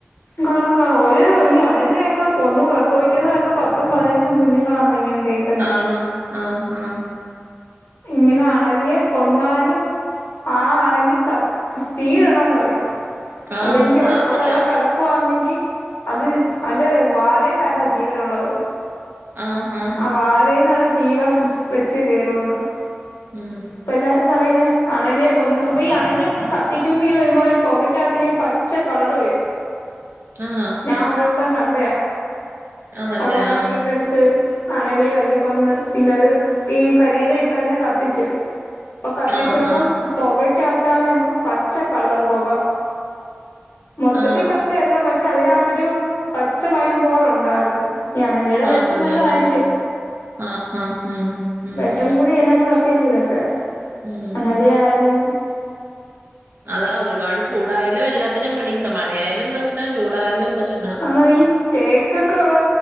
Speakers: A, on the left; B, on the right.
A: കാണും കാണും ഒരു ഈ അണലിയൊക്കെ ഒന്ന് പ്രസവിക്കുന്നതൊക്കെ പത്തും പതിനഞ്ചും കുഞ്ഞുങ്ങളാന്ന ഇങ്ങനെ കേൾക്കുന്നെ
B: ആന്നോ ആഹ ആഹ
A: ഇങ്ങനെ അണലിയെ കൊന്നാലും ആ അണലി ച തീഴട്ണോന്ന് പറയും
B: ആഹ്
A: അല്ലെങ്കിൽ
B: ചാവത്തില്ല
A: അത് അവട കടക്കും ക്കുവാന്നെങ്കി അത് അന്റെ വാലയില എന്റെ ജീവന ഉള്ളത്.
B: ആഹാ
A: ആ വാലയിൽന്ന് അത് ജീവൻ വെച്ച് കയറ വന്നു
B: ഉം
A: അപ്പ എല്ലാരും പറയും ഇങ്ങെ അണലിയെ കൊന്ന് അപ്പോ ഈ അണലി നമ്മള് കത്തിക്കുമ്പോ ഇങ്ങനെ ഒരുമാതിരി പുകയ്ക്കകത്ത് ഇങ്ങനെ പച്ച കളർ വരും.
B: ആഹ്
A: ഞാൻ ഒരു വട്ടം കണ്ട
B: ആന്നല്ലേ?
A: അവിടെ അങ്ങടെ
B: ആ
A: വീടിന്റെ അടുത്ത് അണലിയെ തല്ലി കൊന്ന് പിന്നെ അത് ഈ കരിയില ഇട്ടതിനെ കത്തിച്ച്. ഇപ്പ കത്തിച്ചപ്പം
B: നല്ല ആഹ് ആഹ്
A: പുകയ്ക്കകത്ത നമുക്ക് പച്ച കളറ് പുക മൊത്തത്തിൽ
B: ആഹ് ആഹ്
A: പ പച്ചല്ല പക്ഷെ അതിനകത്തൊരു പച്ചമയം പോലുണ്ടായിരുന്നു ഈ അണലിയുടെ
B: ആഹ്
A: വിഷ
B: നല്ല
A: വല്ല ആയിരിക്കും.
B: ആഹ്
A: <unintelligible>
B: ആഹ് ആഹ് ഉം ഉം
A: വിഷം കൂടിയ ഇനങ്ങളൊക്കെ ഇല്ല ഇതൊക്കെ
B: ഉം
A: അണലി ആയാലും
B: അതാ ഒരുപാട് ചൂടായാലും എല്ലാത്തിനും പെടിത്ത മഴയായാലും പ്രശ്നം ചൂടായാലും പ്രശ്ന
A: എന്നാ ഈ തേക്കൊക്കെ ഉള്ള